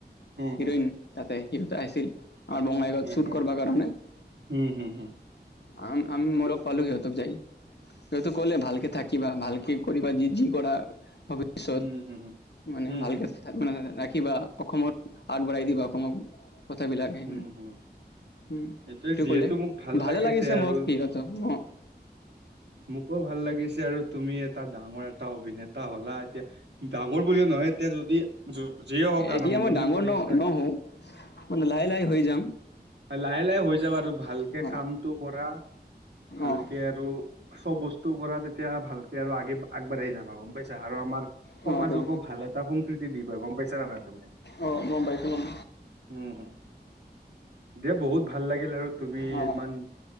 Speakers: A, on the right (about 85°); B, on the left (about 75°).
A: হুম হুম
B: হিৰোইন তাতে হিৰটা আহিছিল। <unintelligible> আৰু বঙাইগাঁত
A: হুম
B: চুট কৰবা কাৰণে। <unintelligible>
A: হুম হুম হুম
B: আম আমি মৰ পালো সিহতক যায়। সেটো কলে ভালকে থাকিবা ভালকে কৰিবা যি যি কৰা। <unintelligible> ভৱিষ্যত
A: হুম হুম
B: মানে
A: হুম হুম হুম
B: ভালকে
A: হুম হুম হুম
B: মানে ৰা- <unintelligible> কিবা অসমত আগবাঢ়াই দিবা অসমক কথাবিলাক সেইভুনে
A: হুম হুম।
B: হোম
A: এইটোৱে
B: সেইটো
A: যিহেতু
B: ক'লে
A: মোক ভাল
B: ভালে লাগিছে
A: আৰু
B: মোক সিহঁত অ
A: মোকো ভাল লাগিছে আৰু তুমি এটা ডাঙৰ এটা অভিনেতা হলা এতিয়া ডাঙৰ বুলি ন- <unintelligible> হয় এতিয়া যদি য- যিয়ে হওক আৰম্ভণি
B: এতিয়া মই ডাঙৰ
A: কৰিছা
B: ন নহওঁ মানে লাহে লাহে হৈ যাম।
A: লাহে লাহে হৈ যাব আৰু ভালকে
B: অ',
A: কামটো কৰা ভালকে
B: অ'।
A: আৰু। চব বস্তু কৰা তেতিয়া ভালকৈ আৰু আগি আগবাঢ়ি যাবা গম পাইছা আৰু আমাৰ
B: অ
A: সমাজকো
B: এইটো
A: ভাল এটা সংক্ৰীতি দিবা গম পাইছা জানা তুমি <unintelligible>
B: অ গম পাইছো গম
A: উম দিয়া বহুত ভাল লাগিল আৰু তুমি
B: অ
A: ইমান